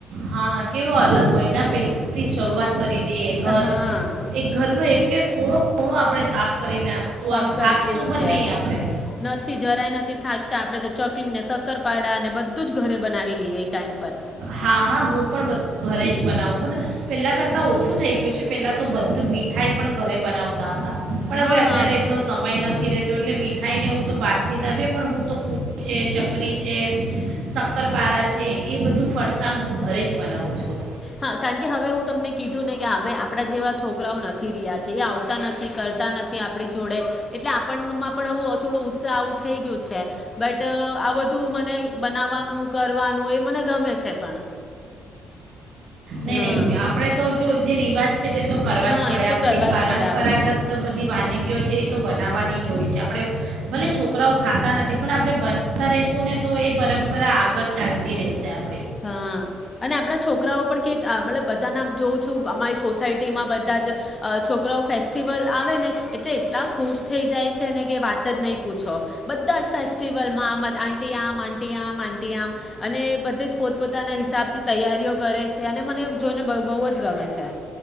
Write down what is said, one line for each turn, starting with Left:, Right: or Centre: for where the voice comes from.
Right: હા, કેવો અલગ મહિના પેલથી શરૂઆત કરી દીએ ઘર.
Left: હા
Right: એક ઘરનો એક એક ખૂણો ખૂણો આપણે સાફ કરી નાખશું
Left: સાફ
Right: આમ
Left: કરી
Right: થાકશું
Left: લ્યે
Right: પણ
Left: છે,
Right: નહીં આપણે
Left: નથી જરાય નથી થાકતા આપડે તો ચક કલીને સક્કરપાડા અને બધું જ ઘરે બનાવી લીએ એ ટાઈમ પર.
Right: હા હા, હું પણ બ ઘરે જ બનાવું મત્લ પહેલાં કરતાં ઓછું થઈ ગ્યું છે, પેલા તો બધું મીઠાઈ પણ ઘરે બનાવતા હતા. પણ
Left: હા
Right: હવે અત્યારે
Left: હા
Right: એટલો સમય નથી રેહ તો એટલે મીઠાઈને એવું તો બારથી લાવીએ પણ હું તો પૂ છે, ચકરી છે, શક્કરપારા છે, એ બધું ફરસાણ હું ઘરે જ બનાવું છું.
Left: હા, કારન કે હવે હું તમને કીધું ને કે હવે આપડા જેવા છોકરાઓ નથી રીહ્યા સે, એ આવતા નથી કરતા નથી આપડી જોડે એટલે આપણમાં પણ આવું થોડું ઉત્સાહ આવું થઈ ગ્યું છે. બટ આ બધું મને બનાવવાનું કરવાનું એ મને ગમે છે પણ.
Right: નહી
Left: હા
Right: નહી, આપડે તો જો જે રિવાજ છે, તે તો કરવા
Left: હા
Right: જ પડે.
Left: એ તો
Right: આપડી
Left: કરવા
Right: પારંપરાગત
Left: જ પડે આપણને
Right: બધી વાનગીઓ છે, એ તો બનાવવાની જ હોય છે. આપડે ભલે છોકરાઓ ખા તા નથી. પણ આપડે બના તા રેશું ને તો એ પરંપરા આગળ ચાલતી રેહશે. આપ
Left: હા, અને આપણા છોકરાઓ પણ કેત આ મતલબ બધાના જોઉં છું, અમારી સોસાય તેમાં બધા જ અ છો કરાઓ ફેસ્ટિવલ આવે ને એટલે એટલા ખુશ થઈ જાય છે ને કે વાત જ નહીં પૂછો બધા જ ફેસ્ટિવલમાં આમ જ આંટી આમ આંટી આમ આટી આમ અને બધે જ પોતપોતાના હિસાબ થી તૈયારીઓ કરે છે અને મને જોઈને બહુ જ ગમે છે